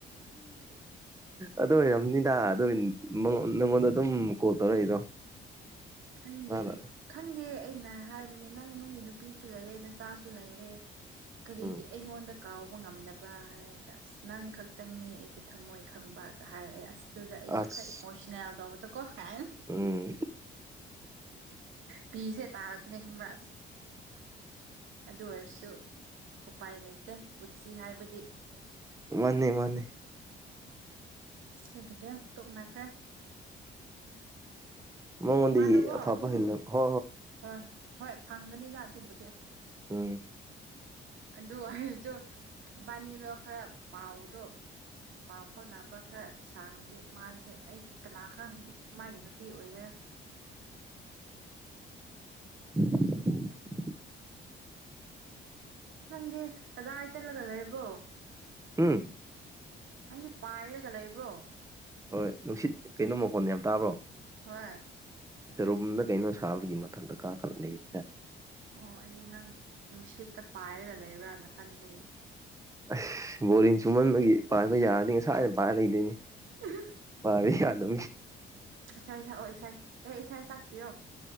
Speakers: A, on the right (about 15°); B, on the right (about 75°).
A: ꯑꯗꯨ ꯑꯣꯏꯔꯝꯅꯤꯗ ꯑꯗꯨ ꯅꯪꯉꯣꯟꯗ ꯑꯗꯨꯝ ꯀꯣꯜ ꯇꯧꯔꯛꯏꯗꯣ
B: ꯈꯪꯗꯦ
A: ꯃꯥꯅ
B: ꯈꯪꯗꯦ ꯑꯩꯅ ꯍꯥꯏꯕꯅꯦ ꯅꯪ ꯅꯪꯒꯤ ꯅꯨꯄꯤ ꯅꯨꯄꯤꯁꯨ ꯂꯩꯔꯦ ꯅꯆꯥꯁꯨ ꯂꯩꯔꯦ ꯀꯔꯤꯒꯤ
A: ꯎꯝ
B: ꯑꯩꯉꯣꯟꯗ ꯀꯥꯎꯕ ꯉꯝꯅꯕ꯭ꯔꯥ ꯍꯥꯏꯔꯒ ꯑꯁ ꯅꯪ ꯈꯛꯇꯪꯅꯦ ꯑꯩꯒꯤ ꯊꯝꯃꯣꯏ ꯈꯪꯕꯒ ꯍꯥꯏꯔꯛꯑꯦ ꯑꯁ ꯑꯗꯨꯗ ꯑꯩꯁꯨ
A: ꯑꯁ
B: ꯈꯔ ꯏꯃꯣꯁꯅꯦꯜ ꯇꯧꯕꯗꯣ ꯀꯣ ꯍꯥꯏ
A: ꯎꯝ
B: ꯄꯤꯁꯦ ꯇꯥꯔꯛꯄꯅꯦ ꯈꯪꯕ꯭ꯔ ꯑꯗꯨ ꯑꯣꯏꯔꯁꯨ ꯎꯄꯥꯏ ꯂꯩꯇꯦ ꯄꯨꯟꯁꯤ ꯍꯥꯏꯕꯗꯤ
A: ꯃꯥꯅꯤ ꯃꯥꯅꯤ
B: ꯀꯒꯤꯗꯦ ꯇꯣꯛꯅꯈ꯭ꯔꯦ
A: ꯃꯉꯣꯟꯗꯒꯤ
B: ꯃꯥꯗꯣꯀꯣ
A: ꯑꯐꯕ ꯍꯦꯟꯂꯣ ꯀꯣ
B: ꯍꯣꯏ ꯍꯣꯏ ꯐꯪꯒꯅꯤꯗ ꯑꯗꯨꯕꯨꯗꯤ
A: ꯎꯝ
B: ꯑꯗꯨ ꯑꯣꯏꯁꯨ ꯏꯕꯥꯅꯤꯗꯣ ꯈꯔ ꯄꯥꯎꯗꯣ ꯄꯥꯎ ꯐꯥꯎꯅꯕ ꯈꯔ ꯁꯥꯡꯉꯗꯤ ꯃꯥꯁꯦ ꯑꯩ ꯀꯅꯥꯒ ꯃꯥꯒꯤ ꯅꯨꯄꯤ ꯑꯣꯏꯒꯦꯔꯥ
A: <unintelligible> <unintelligible>
B: ꯅꯪꯗꯤ ꯑꯗꯥ ꯆꯠꯂꯒ ꯂꯩꯔꯕꯣ
A: ꯍꯨꯝ
B: ꯅꯪꯗꯤ ꯄꯥꯏꯔꯒ ꯂꯩꯕ꯭ꯔꯣ
A: ꯍꯣꯏ ꯅꯨꯡꯁꯤꯠ ꯀꯩꯅꯣ ꯃꯀꯣꯟ ꯌꯥꯝ ꯇꯥꯕ꯭ꯔꯣ
B: ꯍꯣꯏ
A: ꯑꯁ ꯔꯨꯝꯗ ꯀꯩꯅꯣ ꯁꯥꯕꯒꯤ ꯃꯊꯛꯇ ꯀꯥ ꯈꯔ ꯂꯩꯌꯦꯗ
B: ꯑꯣ ꯑꯩꯗꯤ ꯅꯪ ꯅꯨꯡꯁꯤꯠꯇ ꯄꯥꯏꯔꯒ ꯂꯩꯕ꯭ꯔꯥꯅ ꯈꯟꯕꯅꯤꯅꯦ
A: ꯑꯁ ꯕꯣꯔꯤꯡ ꯆꯨꯝꯃꯟꯕꯒꯤ ꯄꯥꯏꯕ ꯌꯥꯔꯗꯤ ꯉꯁꯥꯏꯗ ꯄꯥꯏꯔ ꯂꯩꯗꯣꯏꯅꯤ
B: ꯑ
A: ꯌꯥꯗꯤ ꯌꯥꯗ
B: ꯏꯁꯥ ꯁꯛ ꯑꯣ ꯏꯁ ꯑꯦ ꯏꯁꯥ ꯁꯛꯄꯤꯌꯣ